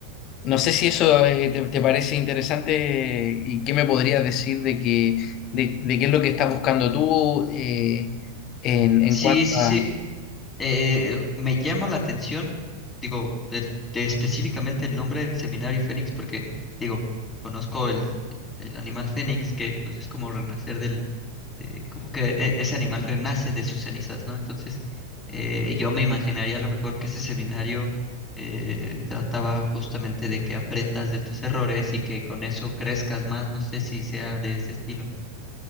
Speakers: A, on the left; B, on the left.
A: no sé si eso eh, te, te parece interesante eh, y qué me podrías decir de que, de, de qué es lo que estás buscando tú eh, en, en
B: Sí,
A: cuanto
B: sí,
A: a...
B: sí. Eh, me llama la atención, digo, del- de específicamente el nombre Seminario Fénix, porque, digo, conozco el, el animal fénix, que pues es como renacer del, de- como que e- ese animal renace de sus cenizas, ¿no? Entonces, eh, yo me imaginaría a lo mejor que ese seminario eh, trataba justamente de que aprendas de tus errores y que con eso crezcas más, no sé si sea de ese estilo.